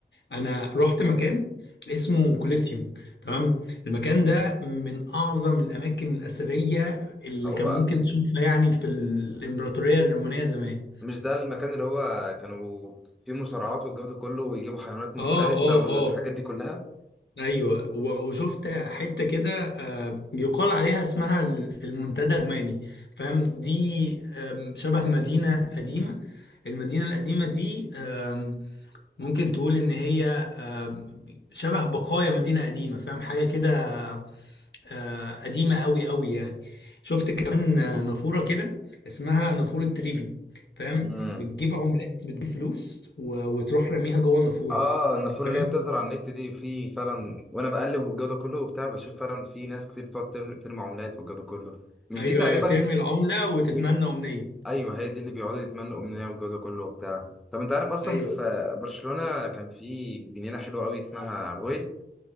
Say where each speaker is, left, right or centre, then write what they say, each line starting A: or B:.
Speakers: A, on the left (about 70°); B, in the centre.
A: انا رحت مكان اسمه كوليسيوم تمام المكان ده من اعظم الاماكن الاثريه اللي
B: فهو
A: كان ممكن تشوفها يعني في الامبراطوريه الرومانيه زمان
B: مش ده المكان اللي هو كانوا فيه مصارعات والجو ده كله ويجيبوا حيوانات مفترسة
A: اه اه
B: والحاجات
A: اه
B: دي كلها
A: ايوه و- وشفت حته كده آه، يقال عليها اسمها ال- المنتدى الروماني فاهم دي آم، شبه مدينه قديمه المدينه القديمه دي آم، ممكن تقول ان هي آم، شبه بقايا مدينه قديمه فاهم حاجه كده آه، قديمه قوي قوي يعني شفت كمان آه، نافوره كده اسمها نافوره تريفي فاهم
B: مم.
A: بتجيب عملات بتجيب فلوس و- وتروح راميها جوه النافوره
B: اه النافوره
A: فاهم
B: اللي هي بتظهر على النت دي في فعلا وانا بقلب والجو ده كله وبتاع بشوف فعلا في ناس كتير بتقعد ترمي ترمي عملات والجو ده كله مش
A: ايوه
B: دي تقريبا
A: ايوه ترمي العملة وتتمنى
B: و...
A: امنية
B: ايوه هي دي اللي بيقعدوا يتمنوا امنيه والجو ده كله وبتاع طب انت عارف اصلا
A: ايوه
B: في برشلونه كان في جنينه حلوه قوي اسمها رويل